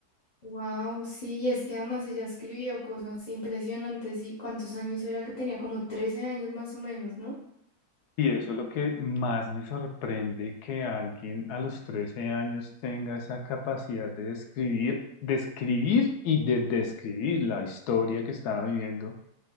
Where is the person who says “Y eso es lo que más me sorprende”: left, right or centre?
Left